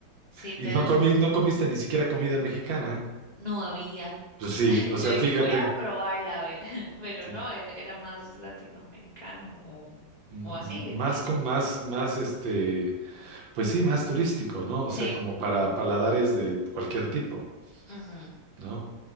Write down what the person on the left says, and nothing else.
Sí, te...
no había.
<laughs>
Yo dije,
voy a probarla a ver, <laughs> pero
no, e- era más latinoamericano o,
o así.
de-
Sí.
Ujú.